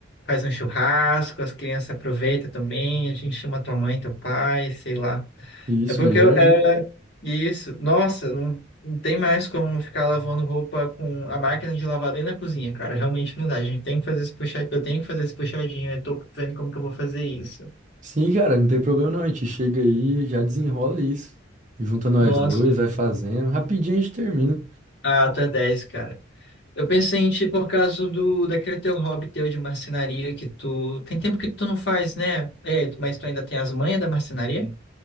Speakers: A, on the left; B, on the right.
A: faz um churrasco, as crianças aproveitam também, a gente chama tua mãe, teu pai, sei lá.
B: Isso,
A: É porque
B: melhor
A: eu,
B: ainda.
A: é, isso, nossa, não, não tem mais como ficar lavando roupa com a máquina de lavar dentro da cozinha, cara. Realmente não dá. A gente tem que fazer esse puxadinho, eu tenho que fazer esse puxadinho, eu tô vendo como que eu vou fazer isso.
B: Sim, cara, não tem problema não. A gente chega aí, já desenrola isso. Junta nós
A: Nossa,
B: dois, vai fazendo. Rapidinho a gente termina.
A: ah, tu é 10, cara. Eu pensei em ti por causa do daquele teu hobby teu de marcenaria que tu tem tempo que tu não faz, né? É, tu- mas tu ainda tem as manhas da marcenaria?